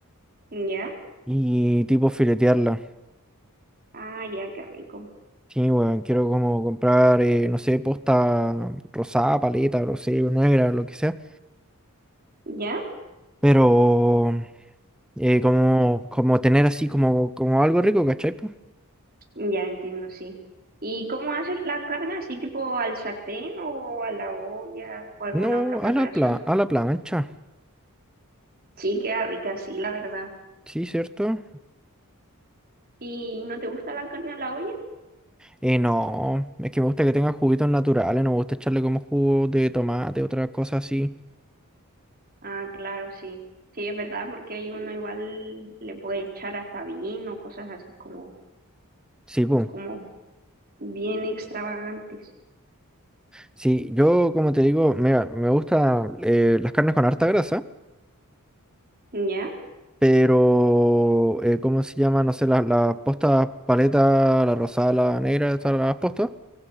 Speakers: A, on the right; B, in the centre.
A: ¿Ya?
B: y tipo filetearla.
A: Ah, ya, qué rico.
B: Sí, bueno, quiero como comprar, eh, no sé, posta rosada, paleta, no sé, negra, lo que sea.
A: ¿Ya?
B: Pero eh, como, como tener así como, como algo rico, ¿cachai? po?
A: Ya entiendo, sí. ¿Y cómo haces la carne? ¿Así tipo al sartén o a la olla o alguna
B: No,
A: otra preparación?
B: a la pla- a la plancha,
A: Sí, queda rica, sí, la verdad.
B: sí, ¿cierto?
A: ¿Y no te gusta la carne a la olla?
B: Eh, no, es que me gusta que tenga juguitos naturales, no me gusta echarle como jugo de tomate, otras cosas así.
A: Ah, claro, sí. Sí, es verdad, porque ahí uno igual le puede echar hasta vino, cosas así como,
B: Sí, pum.
A: como bien extravagantes.
B: Sí, yo como te digo, me, me gusta eh, las carnes con harta grasa,
A: ¿Ya?
B: pero eh, ¿cómo se llama? No sé, las las postas paleta, la rosada, la negra, esas las postas.